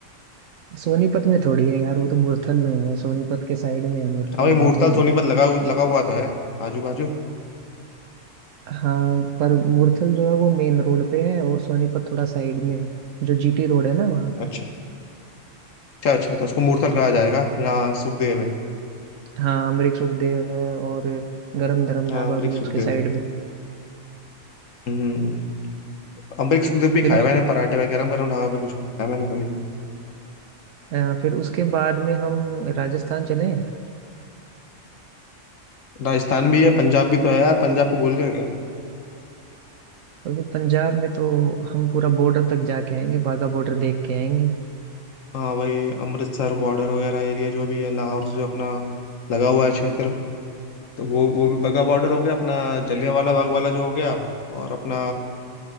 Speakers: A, on the right (about 75°); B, on the left (about 80°).
A: सोनीपत में थोड़ी है यार वो तो मुरथल में है सोनीपत के साइड में है मुरथल
B: हाँ भाई
A: वहां
B: मूर्तल
A: पे है वो
B: सोनीपत लगा हु- लगा हुआ तो है आजू बाजू
A: हाँ पर मुरथल जो है वो मेन रोड पे है और सोनीपत थोड़ा साइड में है जो जीटी रोड है ना वहाँ पे
B: अच्छा अच्छा अच्छा तो उसको मूर्तल कहा जाएगा जहाँ सुखदेव है
A: हाँ अमरीक सुखदेव है और गरम धरम ढाबा
B: हाँ अमरीक
A: भी है
B: सुखदेव
A: उसके साइड में
B: हम्म हम्म। अमरीक सुखदेव भी
A: फिर
B: खाए
A: उस
B: मैंने पराठे भाई गरम गरम ढाबा पे कुछ नहीं खाया मैंने कभी
A: अ, फिर उसके बाद में हम राजस्थान चलें
B: राजस्थान भी है पंजाब भी तो है यार पंजाब को भूल गए क्या
A: क्योंकि पंजाब में तो हम पूरा बॉर्डर तक जाके आएंगे वाघा बॉर्डर देख के आएंगे
B: हाँ भाई अमृतसर बॉर्डर वगैरह एरिया जो भी है लाहौर से जो अपना लगा हुआ है क्षेत्र तो वो वो भी बगा बॉर्डर हो गया अपना जलियांवाला बाग वाला जो हो गया और अपना